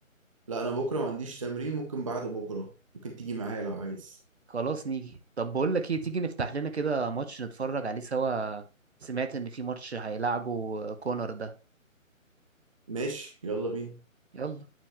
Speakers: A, on the right (about 25°); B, on the right (about 50°).
A: لا انا بكره ما عنديش تمرين ممكن بعد بكره ممكن تيجي معايا لو عايز
B: خلاص نيجي طب بقول لك ايه تيجي نفتح لنا كده ماتش نتفرج عليه سوا سمعت ان في ماتش هيلعبه كونر ده
A: ماشي يلا بينا
B: يلا